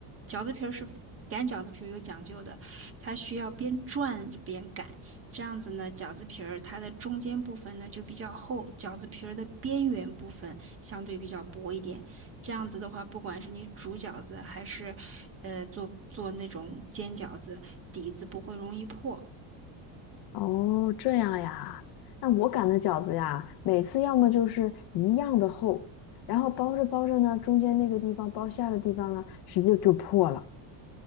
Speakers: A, on the right; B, on the left.
A: 饺子皮儿是擀饺子皮儿有讲究的，它需要边转着边擀，这样子呢，饺子皮儿它的中间部分呢就比较厚，饺子皮儿的边缘部分相对比较薄一点。这样子的话，不管是你煮饺子还是呃做做那种煎饺子，底子不会容易破。
B: 哦，这样呀。那我擀的饺子呀，每次要么就是一样的厚，然后包着包着呢，中间那个地方包馅儿的地方呢，直接就破了。